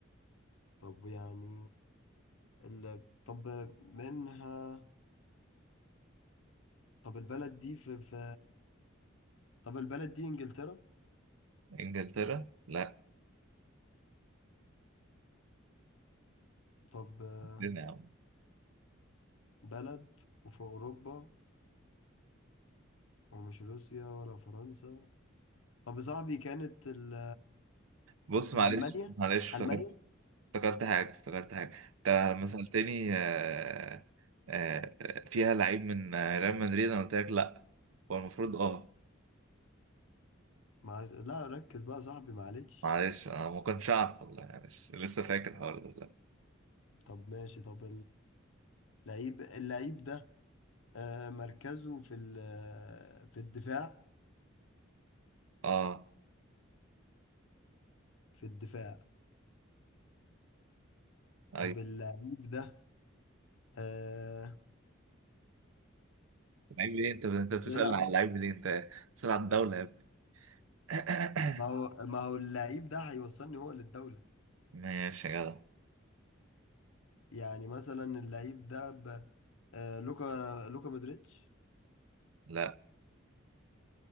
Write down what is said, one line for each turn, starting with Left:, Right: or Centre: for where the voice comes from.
Left: طب يعني ال... طب منها طب البلد دي في, في طب البلد دي انجلترا
Right: انجلترا لا
Left: طب آه،
Right: فين يا عم
Left: بلد وفي اوروبا ومش روسيا ولا فرنسا طب يا صاحبي كانت ال...
Right: بص
Left: طب
Right: معلش
Left: المانيا
Right: معلش
Left: المانيا
Right: افتكرت حاجة افتكرت حاجة انت لما
Left: إيه؟
Right: سألتني آه، آه، آه، فيها لعيب من آه، ريال مدريد انا قلت لك لا هو المفروض اه
Left: مع... لا ركز بقى يا صاحبي معلش
Right: معلش انا ما كنتش اعرف والله معلش لسه فاكر الحوار ده دلوقتي.
Left: طب ماشي طب اللعيب اللعيب ده آه، مركزه في ال- في الدفاع
Right: اه
Left: في الدفاع
Right: ايوه
Left: طب اللعيب ده آه،
Right: لعيب ليه انت انت بتسأل
Left: بيلعب
Right: على اللعيب ليه انت بتسأل على الدولة يا ابني <coughs>
Left: ما هو ما هو اللعيب ده هيوصلني هو للدولة
Right: ماشي يا جدع
Left: يعني مثلا اللعيب ده ب... آه، لوكا لوكا مودريتش
Right: لا